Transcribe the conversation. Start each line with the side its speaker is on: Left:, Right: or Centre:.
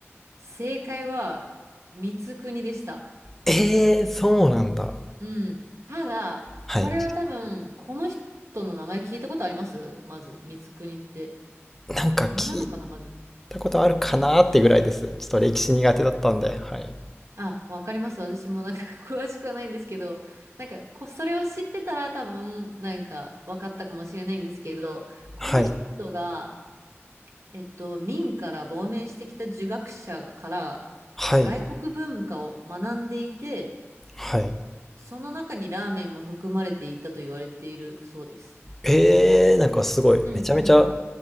Right: 正解は、光国でした。
Centre: えー、そうなんだ。
Right: うん。ただ、
Centre: はい。
Right: これは多分、この人の名前聞いたことありますまず、光国って。
Centre: なんか聞い
Right: 国なのかなまず。
Centre: たことあるかなってぐらいです。ちょっと歴史苦手だったんで。はい。
Right: あ、わかります。私もなんか <laughs> 詳しくはないんですけど、なんか、こ、それを知ってたら多分、なんか、わかったかもしれないんですけど、この人が、
Centre: はい。
Right: えっと、明から亡命してきた儒学者から
Centre: はい。
Right: 外国文化を学んでいて、
Centre: はい。
Right: その中にラーメンも含まれていたと言われているそうです。
Centre: えー、なんかすごい。
Right: うんうん。
Centre: めちゃめちゃ